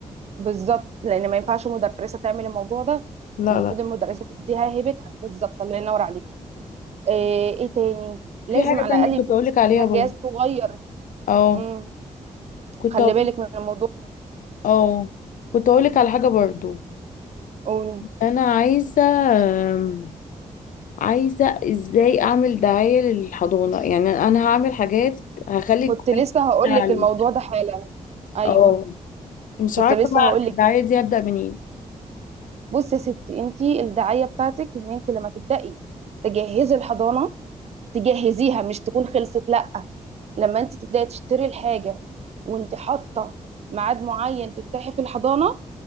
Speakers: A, on the right; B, on the left.
A: بالظبط لان ما ينفعش مدرسه تعمل الموضوع ده
B: لا
A: المفروض
B: لا
A: المدرسه تديها هيبتها بالظبط الله ينور عليكي ايه, ايه تاني لازم
B: في حاجة
A: على
B: تانية
A: الاقل
B: كنت
A: يكون
B: أقولك عليها
A: كده
B: برضه
A: جهاز صغير
B: اه
A: امم
B: كنت
A: خلي
B: أقول
A: بالك من الموضوع
B: اه كنت أقولك على حاجة برضه
A: قول
B: أنا عايزة آم، عايزة إزاي أعمل دعاية للحضانة يعني أنا هعمل حاجات هخلي الكواليتي
A: كنت لسه هقول
B: بتاعي
A: لك الموضوع ده حالا ايوه
B: اه مش
A: كنت
B: عارفة
A: لسه
B: بقى
A: هقول
B: الدعاية
A: لك
B: دي هبدأ منين
A: بصي يا ستي انت الدعايه بتاعتك ان انت لما تبداي تجهزي الحضانه تجهزيها مش تكون خلصت لا لما انت تبداي تشتري الحاجه وانت حاطه ميعاد معين تفتحي في الحضانه